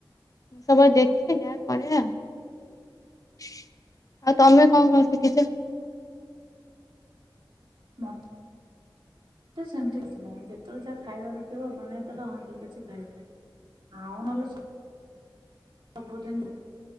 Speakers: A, on the left; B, on the right.
A: ସବୁବେଳେ ଦେଖ୍ ଯାହା କରିବା ଆଉ ଆଉ ତମେ କଣ କଣ ଶିଖିଚ।
B: ନା। ହେଠି ସେମିତି କିଛି ନାହଁ, ଯେତେବେଳେ ଯାହା ଖାଇବାର ହେଇଥିବ ବନେଇଦେଲ ହଁ, ଠିକ୍ ଅଛି ଖାଇଦିଅ। ଆଉ ନହେଲେ ସ ସବୁଠି ହିଁ ନା